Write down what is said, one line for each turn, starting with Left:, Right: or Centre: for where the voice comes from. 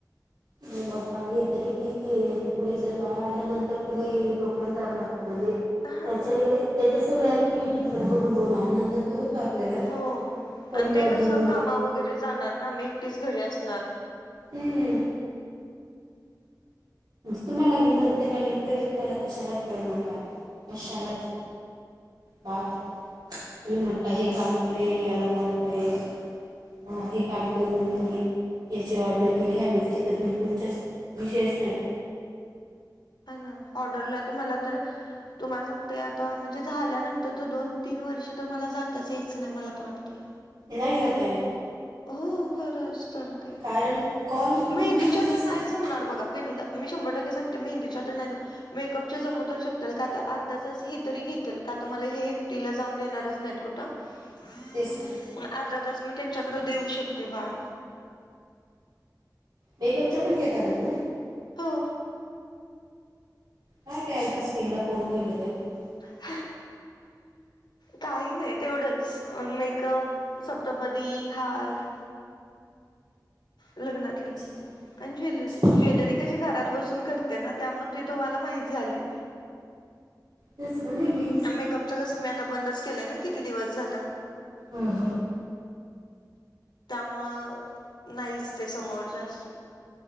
Right: नाही बाबा हे तरी ठीक आहे याच्या पुढे जर बाळ आल्यानंतर त्याला डोक्याला ताप राहत लय लय.
Left: हा
Right: त्याचे
Left: ना
Right: त्याच्या सगळ्या ऍक्टिव्हटींकडे बघून बघून आनंद होतो आपल्याला.
Left: हो
Right: पण
Left: आणि
Right: मग
Left: ते कसं
Right: अं,
Left: कामा वगैरे जाणार ना मी एकटीच घरी असणार.
Right: हम्म. तुम्हाला मी म्हणते ना लिटरली तुम्हाला कशालाच वेळ मिणार आहे कशालाच नाही. बाळ झाल्यावर तुम्ही म्हटला हे काम करेल याला कॉल करेल. हा काम करून घेत. याची ऑर्डर गेली ह्या गोष्टी तर दूर दूरच्या विषयच न रा.
Left: हा ना ऑर्डरला तर मला तर. तुम्हाला सांगते आता म्हणजे झाल्यानंतर तर दोन तीन वर्ष तर मला जातच यायचं नाय मला तर वाटतंय.
Right: नाय जाता येणार.
Left: हो खरंच तर काय
Right: कारण कॉल मी
Left: मेहंदीच्या
Right: तुम्हाला काय
Left: तर
Right: सांगते
Left: नायच जमणार बघा बिंदा मी शंभर टक्के सांगते मीहिंदीच्या तर नाय मेकअप जमू तर शकत्याल का आ अर्धा तास हे तरी घेतेल का तर मला हे एकटीला जाऊन देणारच नायत कुठं. म
Right: तेच ना
Left: अर्धा तास मी त्यांच्याकड देऊ शकते बाळ.
Right: मेकअपच्या पण घेता का तुम्ही?
Left: हो.
Right: काय काय स्किल लपऊण ठेवलेलं ए तुमचं?
Left: <inaudible> काय नाही तेवढंच मेकअप सप्तपदी हार. लग्नातले
Right: छान आहे, छान
Left: आणि ज्वेलरी.
Right: आहे.
Left: ज्वेलरी कशी घरात बसून करते ना त्यामुळे ते तुम्हाला माह्यत झालंय.
Right: ते ना नेहमी
Left: त्या मेकअप तसं मी आता बंदच केलंय ना किती दिवस झालं.
Right: हो हो.
Left: त्यामुळं नाहीच ते समोर जास्त.